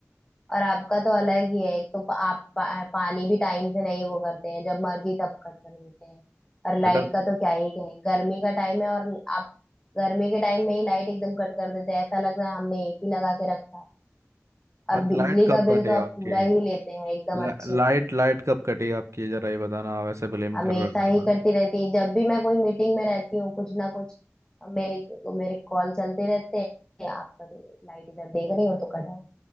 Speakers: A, on the left (about 15°); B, on the right (about 80°).
A: और आपका तो अलग ही है एक तो पा- आप पा, पानी भी टाइम से नहीं वो करते हैं जब मर्जी तब कट कर देते हैं और
B: बेटा
A: लाइट का तो क्या ही कहें गर्मी का टाइम है और आप गर्मी के टाइम में ही लाइट एकदम कट कर देते हैं ऐसा लग रहा है हमने एसी लगा के रखा है और
B: अरे
A: बिजली
B: लाइट कब
A: का बिल
B: कटे
A: तो आप
B: आपके
A: पूरा ही लेते हैं एकदम
B: ला,
A: अच्छे
B: लाइट
A: से
B: लाइट कब कटी आपकी जरा ये बताना आप ऐसे ब्लेम
A: हमेशा
B: कर रहे हो मेरे
A: ही
B: पर
A: करती रहती है जब भी मैं कोई मीटिंग में रहती हूँ कुछ ना कुछ मेरे तो मेरे कॉल चलते रहते हैं आप कभी लाइट इधर देख रही हो तो कट है